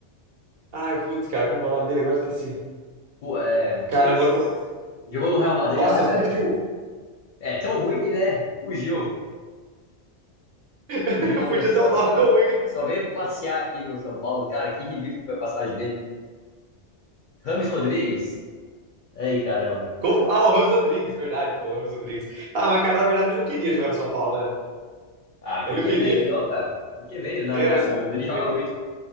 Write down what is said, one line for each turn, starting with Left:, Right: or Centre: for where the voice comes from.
Right: Ai, putz, cara, como é o nome dele? Agora esqueci.
Left: Cu- É,
Right: Cara,
Left: putz,
Right: agora.
Left: jogou no Real Madrid
Right: Nossa,
Left: lá, cara.
Right: fugiu.
Left: É tão ruim que, né? Fugiu.
Right: <laughs>
Left: Fugiu o nome.
Right: Fugiu
Left: Só,
Right: até o nome
Left: só,
Right: tão ruim.
Left: só veio passear aqui no São Paulo, cara. Que ridículo foi a passagem dele. Rames Rodrigues. Ei, caramba.
Right: Como? Ah, o Ramos Rodrigues, verdade, pô, o Ramos Rodrigues. Ah, mas, cara, na verdade ele não queria jogar no São Paulo, né?
Left: Ah,
Right: Ele
Left: porque
Right: não queria.
Left: veio então, cara. Porque veio na,
Right: É,
Left: na
Right: mas.
Left: Colômbia, ele joga
Right: é,
Left: muito.